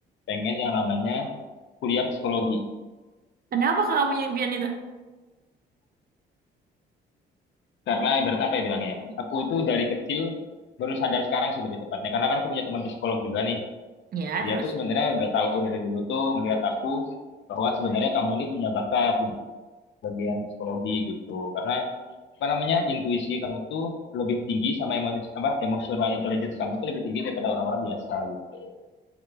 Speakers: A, on the left (about 70°); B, on the right (about 50°).
A: pengen yang namanya kuliah psikologi
B: kenapa kakak punya impian itu?
A: karena ibaratnya apa ya bilangnya ya aku tuh dari kecil baru sadar sekarang sih lebih tepatnya karena kan aku punya teman psikolog juga nih
B: Ya,
A: dia
B: terus?
A: tuh sebenarnya udah tahu dari dulu tuh ngelihat aku bahwa sebenarnya kamu ini punya bakat di bagian psikologi gitu karena apa namanya intuisi kamu tuh lebih tinggi sama emosi apa emotional intelligence kamu tuh lebih tinggi daripada orang-orang biasa gitu